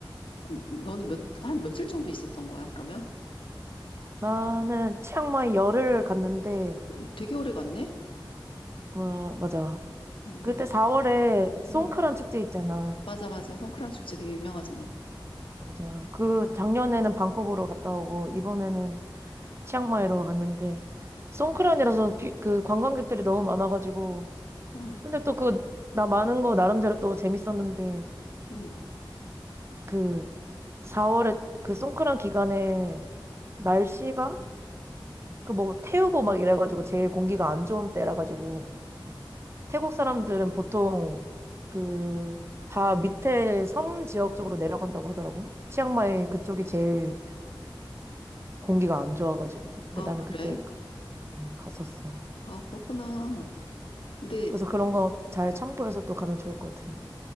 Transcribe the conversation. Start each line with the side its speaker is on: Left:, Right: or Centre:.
Left: 음, 너는 몇, 한 며칠 정도 있었던 거야, 그러면?
Right: 나는 치앙마이 열흘을 갔는데,
Left: 어, 되게 오래 갔네?
Right: 어, 맞아.
Left: 음,
Right: 그때 4월에 송크란
Left: 음.
Right: 축제 있잖아.
Left: 맞아, 맞아. 송크란 축제 되게 유명하잖아.
Right: 맞아. 그 작년에는 방콕으로 갔다 오고, 이번에는 치앙마이로 갔는데 송크란이라서 비- 그 관광객들이 너무 많아가지고
Left: 응,
Right: 근데 또 그 나 많은 거 나름대로 또 재밌었는데
Left: 응.
Right: 그 4월에 그 송크란 기간에 날씨가 그 뭐 태우고 막 이래가지고 제일 공기가 안 좋은 때라 가지고 태국 사람들은 보통 그 다 밑에 섬 지역 쪽으로 내려간다고 하더라고 치앙마이 그쪽이 제일 공기가 안 좋아가지고 근데
Left: 아,
Right: 나는
Left: 그래?
Right: 그때 음, 갔었어
Left: 아, 그렇구나. 근데,
Right: 그래서 그런 거 잘 참고해서 또 가면 좋을 것 같아.